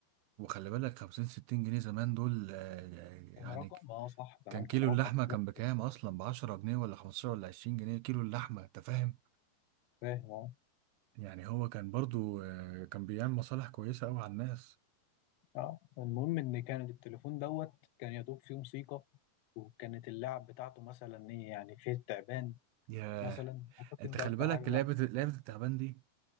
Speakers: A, on the right; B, on the left.
A: وخلي بالك 50 60 جنيه زمان دول آه،
B: كان
A: يعني
B: رقم اه صح زمان
A: كان
B: كان
A: كيلو
B: رقم
A: اللحمة كان
B: آه،
A: بكام أصلا بعشرة جنيه ولا خمستاشر ولا عشرين جنيه كيلو اللحمة أنت فاهم
B: فاهم اه
A: يعني هو كان برضو آه، كان بيعمل مصالح كويسة أوي على الناس
B: آه. المهم ان كان التليفون دوت كان يا دوب فيه موسيقى وكانت اللعب بتاعته مثلا ايه يعني فيه التعبان
A: ياه
B: مثلا اعتقد
A: أنت
B: ده
A: خلي
B: اكتر
A: بالك
B: حاجة الواحد
A: لعبة لعبة التعبان دي